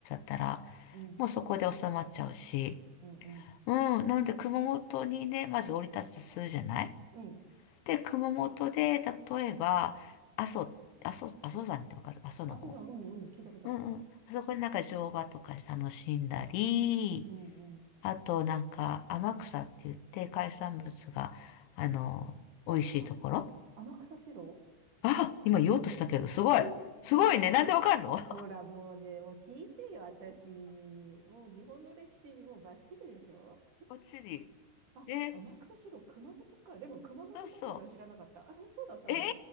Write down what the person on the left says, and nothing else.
たら、
もうそこで収まっちゃうし、
うん。なので、熊本にね、まず降り立つとするじゃない
で、熊本で、例えば、阿蘇、阿蘇、阿蘇山ってわかる阿蘇の方。
うんうん。あそこでなんか乗馬とか楽しんだり、
あとなんか天草って言って海産物が、あの、美味しいところ。
あ、今言おうとしたけど、すごい。
すごいね。
なんでわかんの
<laughs>
こっちに。
え、
そうそ
う。えー、